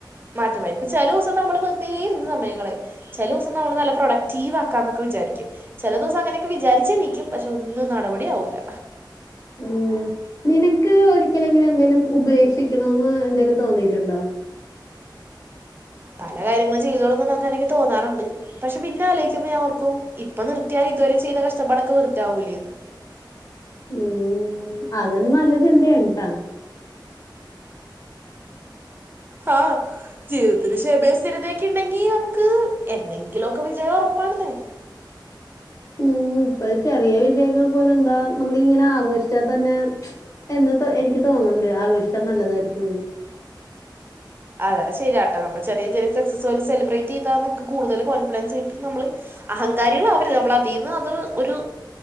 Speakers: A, on the right; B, on the left.
A: മാറ്റംവരും ചില ദിവസം നമ്മള് വെറുതെ ഇരുന്നു സമയം കളയും ചില ദിവസം നമ്മള് നല്ല പ്രൊഡക്റ്റീവ് ആക്കാന്നൊക്കെ വിചാരിക്കും ചില ദിവസം അങ്ങനെയൊക്കെ വിചാരിച്ച എണീക്കും പക്ഷേ ഒന്നും നടപടി ആവൂല്ല
B: ഉം നിനക്ക് ഒരിക്കലെങ്കിലും എന്തേലും ഉപേക്ഷിക്കണന്ന് എന്തേലും തോന്നീട്ടുണ്ടോ?
A: പല കാര്യങ്ങളും ചെയ്തോടും നമുക്ക് എനിക്ക് തോന്നാറുണ്ട് പക്ഷേ പിന്നെ ആലോയിക്കുമ്പോ ഞാൻ ഓർക്കും ഇപ്പൊ നിർത്തിയാൽ ഇതുവരെ ചെയ്ത കഷ്ടപ്പാടൊക്കെ വെറുതെയാവൂലേന്ന്
B: ഉം അതൊും നല്ല ചിന്തയാണട്ടാ
A: ആഹ് ജീവിതത്തിൽ ക്ഷേമേ സ്ഥിരതയൊക്കെ ഉണ്ടെങ്കി നമുക്ക് എന്തെങ്കിലുമൊക്കെ വിജയം ഉറപ്പാണന്നേ
B: ഉം ഇപ്പൊ ചെറിയ വിജയങ്ങൾ പോലെ എന്താ നമ്മൾ ഇങ്ങനെ ആഘോഷിച്ചാൽ തന്നെ എന്ന് എനിക്ക് തോന്നുന്നുണ്ട് ആഘോഷിച്ചാൽ നല്ലതായിരിക്കുംന്ന്
A: അതെ ശരിയാട്ട നമ്മൾ ചെറിയ ചെറിയ സക്സ് പോലും സെലിബ്രേറ്റ് ചെയ്താൽ നമുക്ക് കൂടുതൽ കോൺഫിഡൻസ് കിട്ടി നമ്മള് അഹങ്കാരികൾ ആവര്ത് നമ്മള് അതീന്ന് അത് ഒരു